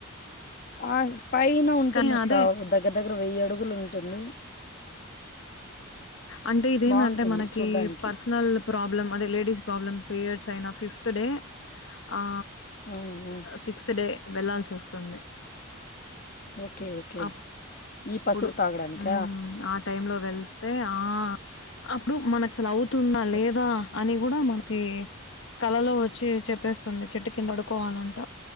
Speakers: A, on the left (about 40°); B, on the left (about 65°).
A: ఆ పైన ఉంటుందక్క
B: కానీ అదే
A: దగ్గర దగ్గర వెయ్యి అడుగులు ఉంటుంది
B: అంటే ఇదేందంటే
A: బాగుంటుంది
B: మనకి
A: చూడ్డానికి
B: పర్సనల్ ప్రాబ్లమ్ అదే లేడీస్ ప్రాబ్లమ్ పీరియడ్స్ అయినా ఫిఫ్త్ డే ఆ
A: ఆ, ఆ.
B: సిక్స్త్ డే వెళ్ళాల్సి వస్తుంది
A: ఓకే ఓకే
B: ఆ
A: ఈ పసురు
B: అప్పుడు
A: తాగడానిక
B: మ్మ్. ఆ టైంలో వెళ్తే ఆ అప్పుడు మనక్ అసలవుతున్న లేదా
A: ఓకే
B: అని కూడా మనకి కళలో వచ్చి చెప్పేస్తుంది చెట్టు కింద పడుకోవాలంట